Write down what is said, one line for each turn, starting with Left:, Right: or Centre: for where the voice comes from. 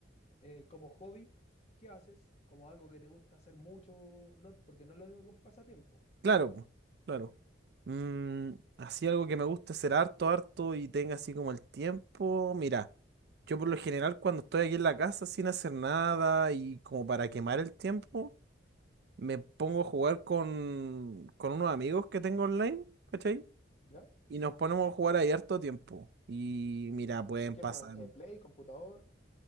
Left: eh, como hobby, ¿qué haces? Como algo que te gusta hacer mucho, no, porque no es lo mismo que un pasatiempo.
Right: claro, po, claro. Mm, así algo que me gusta hacer harto, harto y tenga así como el tiempo. Mira, yo por lo general cuando estoy aquí en la casa sin hacer nada y como para quemar el tiempo, me pongo a jugar con, con unos amigos que tengo online, ¿cachai?
Left: ¿Ya?
Right: Y nos ponemos a jugar ahí harto tiempo. Y mira, pueden
Left: ¿Y qué
Right: pasar.
Left: juegan? Eh, Play, computador.